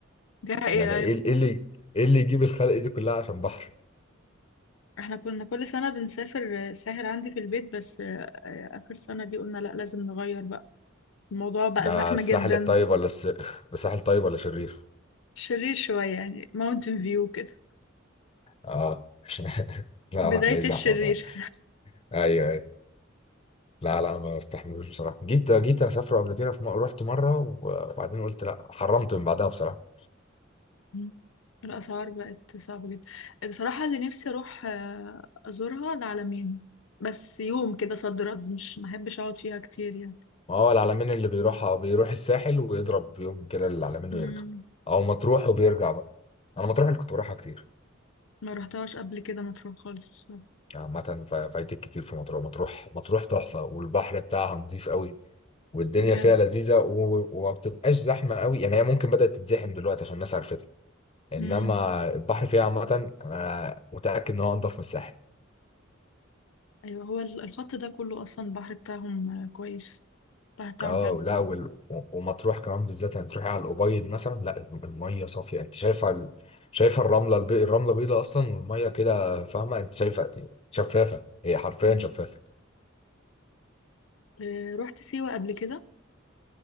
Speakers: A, on the left; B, on the left.
A: ده ايه
B: يعني ايه
A: أيوة
B: ايه اللي ايه اللي يجيب الخلق دي كلها عشان بحر
A: احنا كنا كل سنة بنسافر الساحل عندي في البيت بس آه، آخر سنة دي قلنا لأ لازم نغير بقى الموضوع بقى
B: ده
A: زحمة
B: الساحل
A: جدا
B: الطيب ولا الس... <laughs> الساحل طيب ولا شرير
A: شرير شوية يعني ماونتن فيو كده
B: اه <laughs> لا
A: بداية
B: هتلاقيه زحمه
A: الشرير
B: فعلا ايوه ايوه لا لا ما بستحملوش بصراحه جيت جيت اسافر قبل كده في م... رحت مره وبعدين قلت لا حرمت من بعدها بصراحه
A: <laughs> الأسعار بقت صعبة جدا بصراحة اللي نفسي أروح آه، أزورها العلمين بس يوم كده صد رد مش محبش أقعد فيها كتير يعني
B: ما هو العلمين اللي بيروح بيروح الساحل ويضرب يوم كده العلمين
A: مم.
B: ويرجع او مطروح وبيرجع بقى انا مطروح اللي كنت بروحها كتير
A: ما رحتهاش قبل كده مطروح خالص بصراحة.
B: عامه فا- فايتك كتير في مطروح مطروح مطروح تحفه والبحر بتاعها نظيف قوي والدنيا
A: بجد
B: فيها لذيذه و... وما بتبقاش زحمه قوي يعني هي ممكن بدات تتزحم دلوقتي عشان الناس عرفتها انما
A: مم.
B: البحر فيها عامه انا متاكد ان هو انضف من الساحل
A: ايوه هو ال- الخط ده كله اصلا البحر بتاعهم آه، كويس البحر بتاعهم
B: اه
A: حلو
B: لا وال... ومطروح كمان بالذات يعني تروحي على الأبيض مثلا لا المية صافية انت شايفة ال... شايفة الرملة الب... الرملة بيضة اصلا والمية كده فاهمة انت شايفة شفافة هي حرفيا
A: مم.
B: شفافة
A: آه، رحت سيوة قبل كده